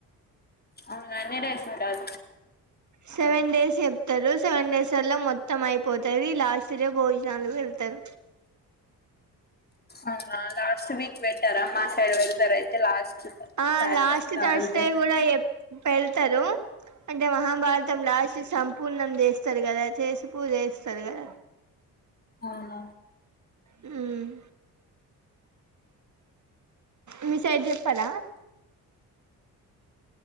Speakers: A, on the left; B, on the right.
A: అవున ఎన్ని డేస్ ఉంటాయి
B: సెవెన్ డేస్ చెప్తారు సెవెన్ డేస్ స్థలం మొత్తం అయిపోతుంది మెబి లాస్ట్ డే భోజనాలు వెళ్తారు
A: అవునా లాస్ట్ వీక్ పెట్టరా మా సెడ్ పెడతారా అయితే లాస్ట్
B: ఆ
A: సాటర్డే
B: లాస్ట్
A: థర్స్డే
B: తర్సడే కూడా వెళ్తారు హ్మ్ ఇంత మహభారతం రాసి సంపూర్ణ అన్నం చేస్తారు కదా చేసి పూజ చెస్త సరే కద
A: అవునా
B: మ్మ్ మీ సైడ్ చెప్పార